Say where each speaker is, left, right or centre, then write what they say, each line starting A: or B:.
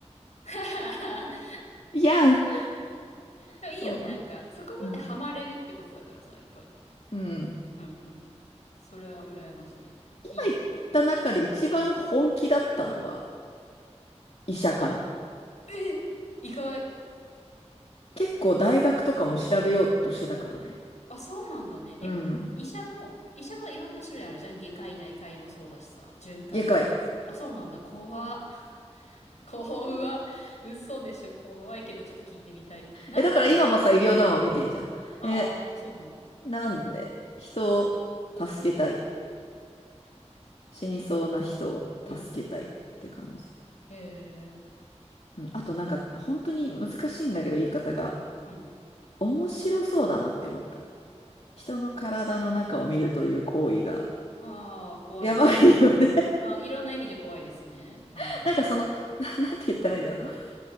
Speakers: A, on the left (about 80°); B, on the left (about 60°).
A: <laughs>
B: う。いやん。
A: でもいいよね、
B: そうなの。
A: なんか、そこまでハマれるってことだからさ、
B: うん。
A: やっぱり。
B: うん。
A: うんうんうん。それは羨ましい。
B: 今言った中で一番本気だったのは
A: いいこと。
B: 医者かな。
A: え意外。
B: 結構大学とかも調べようとしてたからね。
A: あ、そうなんだね。
B: うん。
A: え、医者の、医者もいろんな種類あるじゃん。外科医内科医もそうだしさ、循環器そうあ、
B: 外科医。
A: そうなんだ。怖っ。<laughs> 怖嘘でしょ。怖いけど、ちょっと聞いてみたい。なん、
B: え、だから今もさ、
A: なんで
B: 医療ドラマ見てんじゃん。
A: ああー、
B: え、
A: そうなんだ。
B: なんで、人を助けたい。死にそうな人を助けたいって感じ。
A: うん、うん、うん。へえ、
B: うん。あとなんか、本当に難しいんだけど、言い方が。
A: うん。
B: 面白そうだなって思った。人の体の中を見るという行為が、
A: ああ、怖いですね。
B: やばいよね。
A: あー、いろんな意味で怖いですね。うん、
B: <laughs> なんかその、
A: ちょっと。
B: な、なんて言ったらいいんだろう。